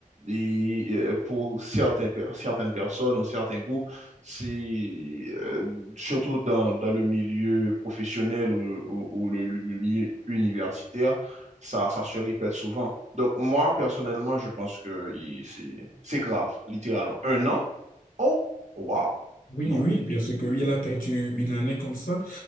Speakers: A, on the right; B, on the left.
A: et, euh, pour certains, per- certaines personnes ou certains groupes, c'est euh, surtout dans, dans le milieu professionnel ou, ou- ou le, le- le milieu universitaire, ça, ça se répète souvent. Donc moi, personnellement, je pense que il- c'est, c'est grave, littéralement. Un an? Oh, wow,
B: Oui,
A: non.
B: oui, bien sûr que oui, il a perdu une année comme ça.